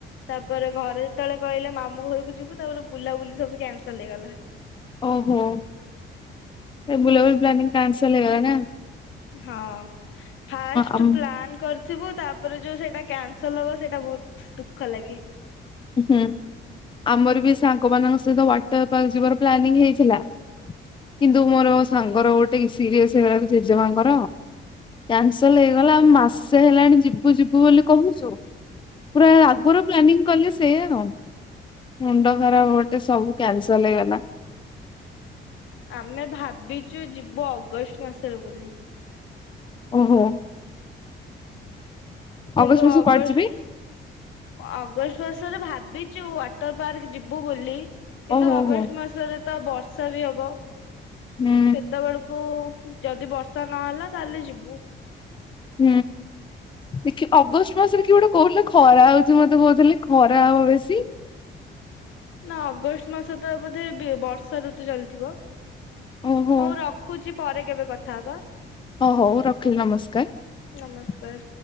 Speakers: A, on the left (about 80°); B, on the left (about 25°).
A: ତାପରେ ଘରେ ଯେତୋଳେ କହିଲେ ମାମୁଁ ଘରକୁ ଯିବୁ ତାପରେ ବୁଲାବୁଲି ସବୁ କ୍ୟାନସଲ ହେଇଗଲା।
B: ଓହୋ ଏ ବୁଲାବୁଲ ପ୍ଲାାନିଂ କ୍ୟାନ୍ସଲ ହେଇଗଲା ନାଁ?
A: ହଁ ଫାଷ୍ଟ
B: ଆମ
A: ପ୍ଲାନ କର୍ ଥିବୁ ତାପରେ ଯୋଉ ସେଇଟା କ୍ୟାନସଲ ହବ ସେଇଟା ବୋହୁତ ଦୁଃଖ ଲାଗେ।
B: ହୁଁ ଆମର ବି ସାଙ୍ଗମାନଙ୍କ ସହିତ ୱାଟର ପାର୍କ ଯିବାର ପ୍ଲାନିଂ ହେଇଥିଲା କିନ୍ତୁ ମୋର ସାଙ୍ଗର ଗୋଟେ କି ସିରିଅସ୍ ହେଇଗଲା ତ ଜେଜେମାଙ୍କର କ୍ୟାନସଲ ହେଇଗଲା। ଆଉ ମାସେ ହେଲାଣି ଯିବୁ ଯିବୁ ବୋଲି କହୁଚୁ ପୁରା ଆଗୁରୁ ପ୍ଲାନିଂ କଲେ ସେଇଆ ଆଉ ମୁଣ୍ଡ ଖରାପ ଗୋଟେ ସବୁ କ୍ୟାନସଲ ହେଇଗଲା।
A: ଆମେ ଭାବିଚୁ ଯିବୁ ଅଗଷ୍ଟ ମାସରେ ବୋଲି।
B: ଓହୋ।
A: କିନ୍ତୁ
B: ଅଗଷ୍ଟ ମାସକୁ
A: ଅଗଷ୍ଟ
B: କୁଆଡେ ଯିବି
A: ଅଗଷ୍ଟ ସୁ ଆସରେ ଭାବିଚୁ ୱାଟର ପାର୍କ ଯିବୁ ବୋଲି। କିନ୍ତୁ
B: ଓହୋ
A: ଅଗଷ୍ଟ
B: ହୋ
A: ମାସରେ ତ ବର୍ଷା ବି ହବ।
B: ହୁଁ
A: ସେତବେଳୁକୁ ଯଦି ବର୍ଷା ନହେଲା ତାହେଲେ ଯିବୁ।
B: ହୁଁ ଦେଖେ ଅଗଷ୍ଟ ମାସରେ କିଏ ଗୋଟେ କୋହୁଥୁଲା ଖରା ହଉଚି ମତେ ବୋଉଥୁଲେ ଖରା ହବ ବେଶୀ।
A: ନାଁ ଅଗଷ୍ଟ ମାସ ତା ବୋଧେ ବେ ବର୍ଷା ଋତୁ ଚାଲିଥିବ।
B: ଓହୋ
A: ହଉ ରଖୁଚି। ପରେ କେବେ କଥା ହବା।
B: ହଁ ହଉ ରଖିଲି ନମସ୍କାର।
A: ନମସ୍କାର।